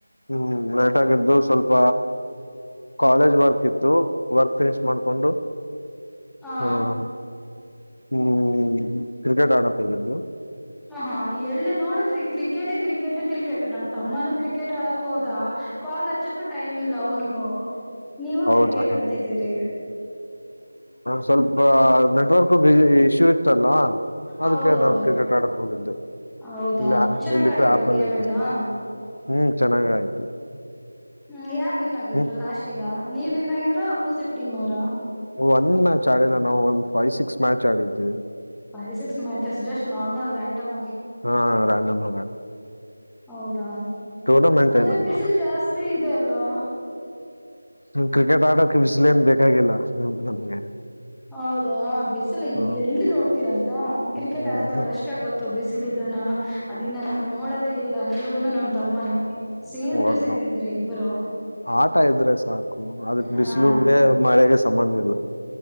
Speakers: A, on the left (about 75°); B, in the centre.
A: ಹ್ಮ್ ಲೇಟಾಗಿ ಎದ್ದು ಸ್ವಲ್ಪ ಕಾಲೇಜ್ ವರ್ಕ್ ಇತ್ತು ವರ್ಕ್ ಫಿನಿಶ್ ಮಾಡ್ಕೊಂಡು
B: ಹಾ
A: ಹ ಹ್ಮ್ ಕ್ರಿಕೆಟ್ ಆಡಕ್ ಹೋಗಿದ್ದು
B: ಹ ಹಾ ಎಲ್ಲ ನೋಡಿದ್ರಿ ಕ್ರಿಕೆಟ ಕ್ರಿಕೆಟ ಕ್ರಿಕೆಟ್ ನಮ್ ತಮ್ಮನೂ ಕ್ರಿಕೆಟ್ ಆಡಕ್ ಹೋದ ಕಾಲ್ ಹಚ್ಚಕ ಟೈಮ್ ಇಲ್ಲ ಅವನಿಗೂ ನೀವು
A: ಹೌದಾ
B: ಕ್ರಿಕೆಟ್
A: ಹ್ಮ್
B: ಅಂತಿದ್ದೀರಿ
A: ಸ್ವಲ್ಪ ನೆಟ್ವರ್ಕ್ ಬ ಇಶ್ಯೂ ಇತ್ತಲ್ಲ ಅದಕ್ಕೆ
B: ಹೌದೌದು
A: ನಾನು ಕ್ರಿಕೆಟ್ ಆಡಕ್ ಹೋಗಿದ್ದೆ
B: ಹೌದಾ
A: ಇ
B: ಚೆನ್ನಾಗ್
A: ಇಲ್ಲಿ
B: ಆಡಿದ್ರ
A: ಆಪಲ್
B: ಗೇಮ್
A: ಇರ್ತತ್ತು
B: ಎಲ್ಲಾ
A: ಹ್ಮ್ ಚೆನ್ನಾಗ ಆಯ್ತು
B: ಹ್ಮ್ ಯಾರ್ ವಿನ್ ಆಗಿದ್ರ
A: ಹ್ಮ್
B: ಲಾಸ್ಟ್ ಈಗ ನೀವ್ ವಿನ್ ಆಗಿದ್ರ ಅಪೋಸಿಟ್ ಟೀಮ್ ಅವರ
A: ಒಂದ್ ಮ್ಯಾಚ್ ಆಡಿಲ್ಲ ನಾವು ಒಂದ್ ಫೈವ್ ಸಿಕ್ಸ್ ಮ್ಯಾಚ್ ಆಡಿದ್ವಿ
B: five six match just normal random
A: ಹಾ ರಾಂಡಮ್
B: ಹೌದಾ
A: ಟೂರ್ನಾಮೆಂಟ್
B: ಮತ್ತೆ
A: ಏನ ಅಲ್ಕ
B: ಬಿಸಿಲು ಜಾಸ್ತಿ ಇದೆ ಅಲ್ಲ
A: ಕ್ರಿಕೆಟ್ ಆಡೋ ಏನು ಬೇಕಾಗಿಲ್ಲ ನಮ್ಗೆ
B: ಹೌದಾ ಬಿಸಿಲು
A: ಹ್ಮ್
B: ಎಲ್ಲಿ ನೋಡ್ತೀರಂತ ಕ್ರಿಕೆಟ್
A: ಹ್ಮ್
B: ಆದ ಅಷ್ಟೇ ಗೊತ್ತು ಬಿಸಿಲಿದ ಅದನ್ನ ನಾನ್ ನೋಡದೇ ಇಲ್ಲ ನೀವುನು ನಮ್ ತಮ್ಮನು ಸೇಮ್
A: ಹ್ಮ್
B: ಟು ಸೇಮ್ ಇದ್ದೀರಿ ಇಬ್ಬರು
A: ಆಟ ಇದ್ರೆ ಸಾಕು ಅದಕ್
B: ಹಾ
A: ಬಿಸಿಲುಗೆ ಮಳೆಗೆ ಸಂಬಂಧ ಇಲ್ಲ